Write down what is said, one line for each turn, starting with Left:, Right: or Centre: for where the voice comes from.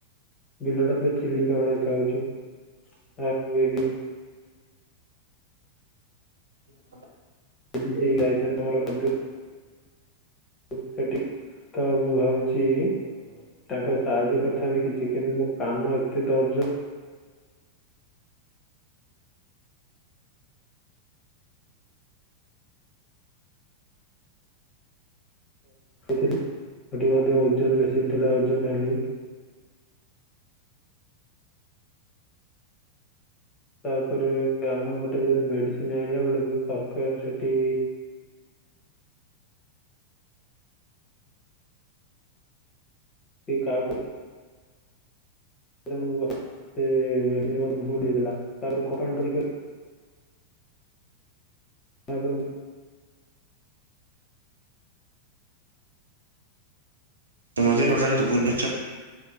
Left: ବିଲଟା ପୁରା ଚିଲିକା ଭଳି ଦେଖାହଉଚି। ଆଉ ଏ ବି
Right: <inaudible>
Left: ଏ ଏଇ ଆଇଚନ୍ ତମର କନ୍ଧୁ ଓ ସେଠି ତ ମୁଁ ଭାବୁଚି ତାଙ୍କ ସାହାଯ୍ୟ କରିଥାନ୍ତି କିଛି କିନ୍ତୁ ମୋ କାନ ଏତେ ଦର୍ଜ ସେଥିଲି ସେଠି ମଧ୍ୟ ଓଜନ ମେସିନ୍ ଥିଲା ଓଜନ ହେଲି। ତାପରେ ଆମେ ଗୋଟେ ଜେଗାରେ ମେଡ଼ିସିନ୍ ଆଇଁଲେ ଗୋଟେ କୋଉ ସରକାର ସେଠି ଏ କାହାକୁ ଜଣୁ ଅ ସେ ମେଡ଼ିସିନ୍ ଗୋଟେ ଭୁଲ ହେଇଗଲା ତାପରେ କମ୍ପାଉଡ଼ର୍ ଇ କଇ ତାପରେ ମୁ
Right: ତ ମଝିରେ ଗୋଟେ ଆଡ଼ୁ ତ ବୁଲୁଚ।